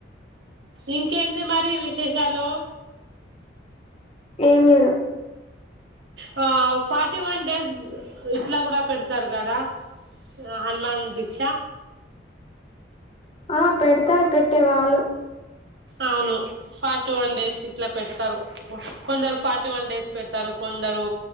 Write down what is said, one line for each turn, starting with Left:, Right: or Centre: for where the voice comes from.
Right: ఇంకేంటి మరి విశేషాలు
Left: ఏం లేదు
Right: హా ఫార్టీ వన్ డేస్ ఇట్లా కూడా పెడతారు కదా హనుమాన్ దీక్ష.
Left: ఆ ప్ పెడతారు పెట్టేవాళ్ళు
Right: అవును ఫార్టీ వన్ డేస్ ఇట్లా పెడతారు కొందరు ఫార్టీ వన్ డేస్ పెడతారు కొందరు